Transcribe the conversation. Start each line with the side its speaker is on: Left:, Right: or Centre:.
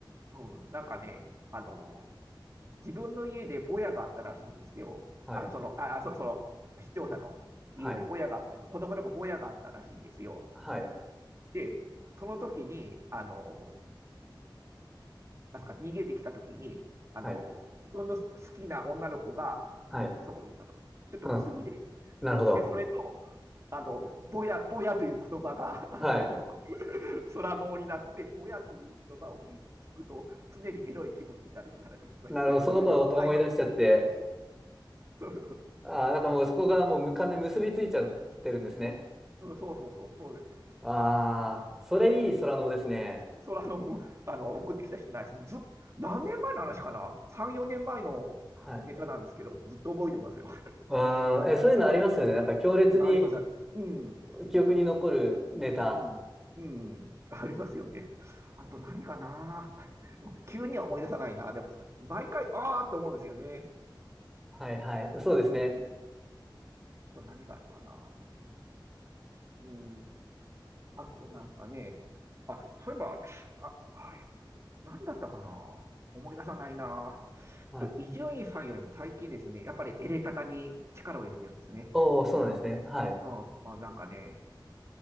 Right: うん、なんかね、あの、自分の家でボヤがあったらしいんですよ。
Centre: はい、
Right: あの、その、あ、あその、その、視聴者の家でボヤがあった、
Centre: はい、
Right: 子供の子ボヤがあったらしいんですよ。
Centre: はい、
Right: で、その時に、あの、なんすか逃げてきた時に、あの、
Centre: はい、
Right: 自分の好きな女の子が
Centre: はい。
Right: そこにいたと。ちょっと薄着で。
Centre: うん、なるほど。
Right: で、それと、あの、ボヤボヤという言葉が、あの、
Centre: はい。
Right: <laughs> 空洞になって、ボヤという言葉を聞くと、常にエロい気持ちになるって話を聞きました。
Centre: なるほど、その子のこと思い出しちゃって、
Right: それを、<laughs> あ今、そ
Centre: あー、なんかもうそこがもう無関で結びついちゃってるんですね。
Right: うんそうそうそう、そうですよ。
Centre: ああ、それいい空能ですね。
Right: うんそれあの、もうあの、送ってきた人ないです。ずっ、何年前の話かな ?3、4年前のネタなんですけど、
Centre: はい。
Right: ずっと覚えてますよ。
Centre: あーえ、そういうのありますよね。なんか強烈に
Right: うん、あります。うん、
Centre: 記憶に残るネタ。
Right: うん、うん、ありますよね。あと何かな <laughs> 急には思い出さないな。でも、毎回、ああって思うんですよね。
Centre: はいはい。そうですね。
Right: うんあと何があるかな。うん、あと、なんですかね。あ、そういえば、あ、あれ、何だったかな思い出さないな。
Centre: はい。
Right: ちょっと伊集院さんよりも最近ですね、やっぱりエレカタに力を入れてるんですね。
Centre: おー、そうなんですね。はい。
Right: うん。まあなんかね、